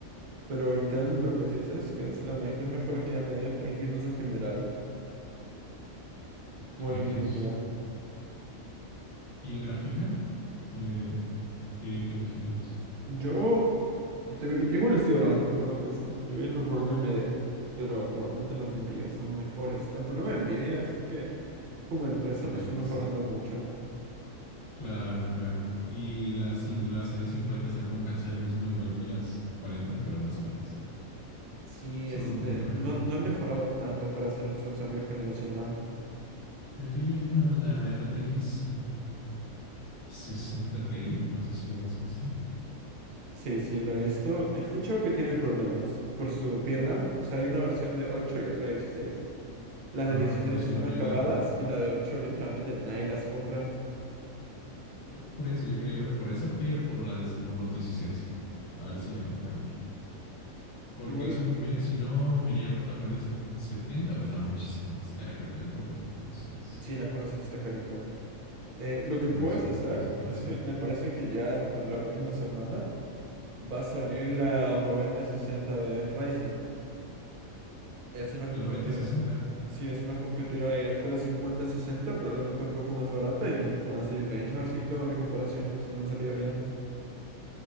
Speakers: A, on the right; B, on the left.
A: Pero Intel lo que sí dice es que es, la me- es mejor que AMD en uso general, igual
B: ¿crees?
A: Nvidia.
B: ¿Y en gráfica? Eh, ¿qué, qué elegirías?
A: Yo, y también, yo igual estoy ahorrando por una PC. Yo voy a irme por una AMD, pero normalmente las de Nvidia son mejores. El problema de Nvidia es que como empresa
B: En caritas.
A: no está mejorando mucho.
B: Claro, claro. Y las, cin- las series 50 están como casi al mismo, igual que las 40, pero más caras.
A: Sí,
B: Solo
A: este,
B: un poquito
A: no,
B: mejor.
A: no han mejorado tanto para hacer un un cambio generacional.
B: Yo quería la RTX sesenta Ti. No sé si la has visto.
A: Sí, sí, lo he visto. He escuchado que tiene problemas por su VRAM. O sea, hay una versión de 8 y otra de 16. Las
B: Ajá,
A: de 16
B: por eso
A: están
B: yo quería
A: acabadas
B: la.
A: y la de 8 literalmente nadie las compra.
B: Por eso yo quería irme por esa, pero por la, dis- por los 16. A ver si la encuentro. Porque
A: Igual,
B: eso me conviene. Si no, me iría por la cuarenta setenta, pero está muchísimo más cara, creo que el doble. Entonces,
A: sí, la acuerdo siento está carita. Eh, lo que
B: por
A: puedes
B: eso,
A: hacer
B: la cincuenta
A: es
B: setenta,
A: que me parece que ya entre la próxima semana va a salir la noventa sesenta de Ryzen. Es una
B: La
A: competidora.
B: noventa sesenta.
A: Sí, es una competidora directa a la cincuenta sesenta, probablemente un poco más barata y van a salir benchmarks y todo, a ver comparaciones si no han salido ya.